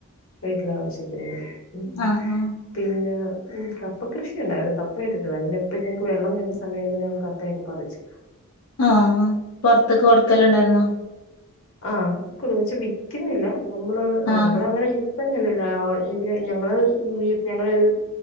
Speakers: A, on the left (about 65°); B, on the left (about 80°).
A: വീട്ടിലെ ആവശ്യത്തിന് വേണ്ടി <inaudible>
B: ആഹ് ആഹ്
A: പിന്നെ ഉ കപ്പ കൃഷിയുണ്ടായിരുന്നു കപ്പ ഇട്ടിട്ടുണ്ട പിന്നെപ്പ ഞങ്ങൾക്ക് വെള്ളം തേറുന്ന സമയത്ത് തന്നെ കപ്പയൊക്കെ പറിച്ചു
B: ആഹ പൊറത്തൊക്കെ കൊടക്കല്ണ്ടായിരുന്നോ
A: ആ കു <unintelligible> വിൽക്കുന്നില്ല നമ്മള്
B: ആഹ്
A: അവിടെ അങ്ങനെ വിൽ ന്നൊന്നുമല്ല <unintelligible> ഞങ്ങള് ഞങ്ങളരു